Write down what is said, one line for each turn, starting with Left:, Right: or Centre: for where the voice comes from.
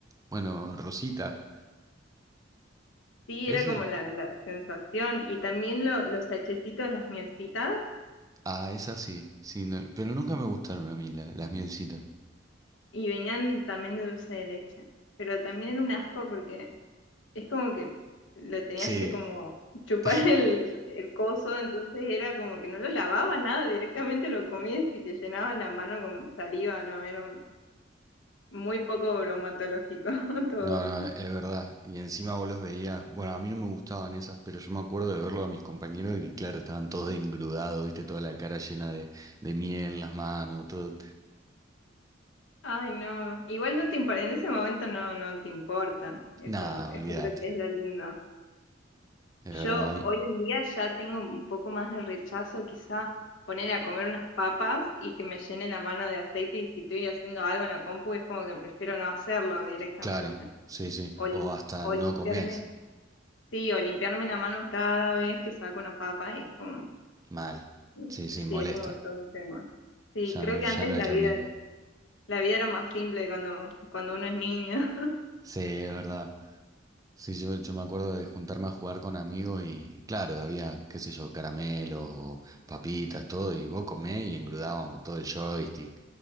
Right: bueno, rosita.
Left: Sí,
Right: ¿Ese?
Left: era como la, la sensación. Y también lo- los hachecitos, las mielcitas,
Right: Ah, esa sí, sí, no- pero nunca me gustaron a mí la- las mielcitas.
Left: y venían también de dulce de leche. Pero también era un asco porque es como que lo tenías
Right: Sí.
Left: que como chupar
Right: <laughs>
Left: <laughs> el, el coso, entonces era como que no lo lavabas nada, directamente lo comías y te llenabas la mano con saliva, ¿no? Era muy poco bromatológico <laughs> todo.
Right: No, no, es verdad. Y encima vos los veías. Bueno, a mí no me gustaban esas, pero yo me acuerdo de verlo a mis compañeros y que, claro, estaban todos engrudados, viste, toda la cara llena de, de miel, las manos, todo.
Left: Ay, no. Igual no te importa, en ese momento no, no te importa. Eso,
Right: Nada,
Left: eso
Right: olvídate.
Left: creo que es lo lindo.
Right: Es
Left: Yo
Right: verdad, y-
Left: hoy en día ya tengo un poco más de rechazo, quizá ponerle a comer unas papas y que me llene la mano de aceite y si estoy haciendo algo en la compu es como que prefiero no hacerlo directamente.
Right: claro, sí, sí.
Left: O, lim-
Right: O hasta
Left: o
Right: no
Left: limpiarme,
Right: comes
Left: sí, o limpiarme la mano cada vez que saco una papa es como,
Right: mal.
Left: mm,
Right: Sí, sí,
Left: sí,
Right: molesta.
Left: es como todo un tema. Sí,
Right: Ya
Left: creo
Right: no,
Left: que
Right: ya
Left: antes
Right: no
Left: la
Right: es
Left: vida,
Right: lo mismo.
Left: la vida era más simple cuando, cuando uno es niño. <laughs>
Right: Sí, es verdad. Sí, yo, yo me acuerdo de juntarme a jugar con amigos y claro, había, qué sé yo, caramelos o papitas, todo, y vos comés y engrudábamos todo el joystick.